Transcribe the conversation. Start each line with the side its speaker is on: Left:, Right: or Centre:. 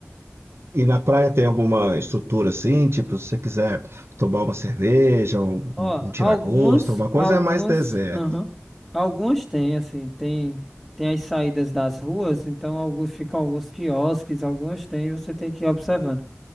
Right: E na praia tem alguma estrutura assim, tipo, se você quiser tomar uma cerveja, um,
Centre: Ó,
Right: um um tiragosto,
Centre: algumas,
Right: alguma coisa,
Centre: algumas,
Right: é mais deserto.
Centre: aham, algumas tem, assim, tem, tem as saídas das ruas, então alguns ficam alguns quiosques, algumas tem, você tem que ir observando.